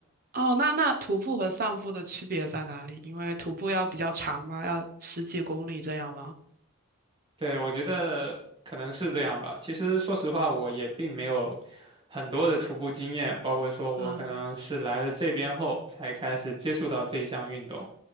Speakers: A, on the right (about 45°); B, on the right (about 25°).
A: 哦，那那徒步和散步的区别在哪里？因为徒步要比较长嘛，要十几公里这样吗？
B: <laughs> 对，我觉得可能是这样吧。其实说实话，我也并没有很多的徒步经验，包括说我可能是来了这边后才开始接触到这项运动。
A: 嗯